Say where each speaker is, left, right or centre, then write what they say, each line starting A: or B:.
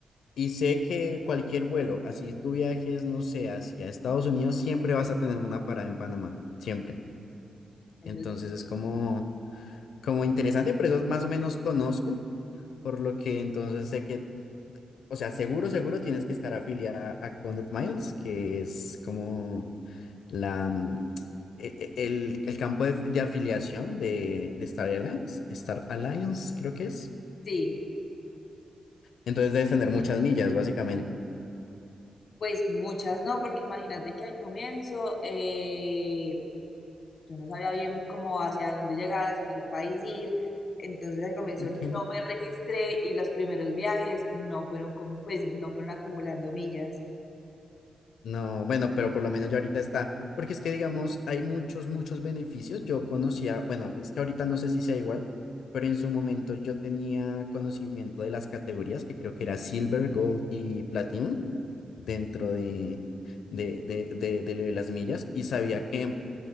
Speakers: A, on the left; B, on the left.
A: Y sé que cualquier vuelo, así tú viajes, no sé, hacia Estados Unidos, siempre vas a tener una parada en Panamá, siempre.
B: Eso
A: Entonces es como, como interesante, pero eso más o menos conozco, por lo que entonces sé que, o sea, seguro, seguro tienes que estar afiliada a Connect Miles, que es como la, mm, e- e- el, el campo de, de afiliación de, de Star Alliance, Star Alliance creo que es.
B: sí,
A: Entonces debes tener muchas millas, básicamente.
B: pues muchas no, porque imagínate que al comienzo eh, yo no sabía bien cómo hacia dónde llegar, hacia qué país ir. Entonces al comienzo
A: Ok.
B: no me registré y los primeros viajes no fueron como, pues no fueron acumulando millas.
A: No, bueno, pero por lo menos ya ahorita está, porque es que digamos, hay muchos, muchos beneficios. Yo conocía, bueno, es que ahorita no sé si sea igual, pero en su momento yo tenía conocimiento de las categorías, que creo que era Silver, Gold y Platinum, dentro de, de, de, de, de lo de las millas, y sabía que,